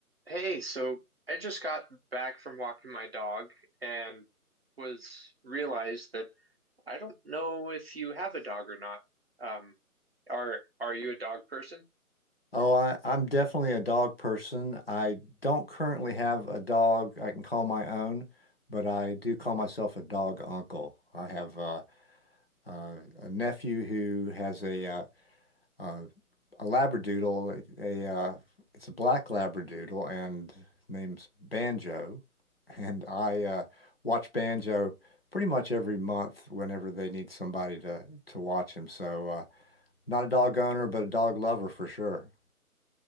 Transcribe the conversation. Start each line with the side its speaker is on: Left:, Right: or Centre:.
Right: Hey, so I just got back from walking my dog and was realized that I don't know if you have a dog or not. Um, are are you a dog person?
Left: Oh, I, I'm definitely a dog person. I don't currently have a dog I can call my own, but I do call myself a dog uncle. I have uh, uh, a nephew who has a uh, uh, a Labradoodle, a, a uh, it's a black Labradoodle and name's Banjo, and I uh, watch Banjo pretty much every month whenever they need somebody to to watch him. So uh, not a dog owner, but a dog lover for sure.